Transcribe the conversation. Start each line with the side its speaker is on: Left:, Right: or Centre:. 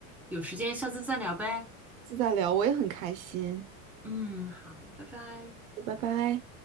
Centre: 有时间下次再聊呗。
Right: 次再聊，我也很开心。
Centre: 嗯，好，拜拜。
Right: 拜拜。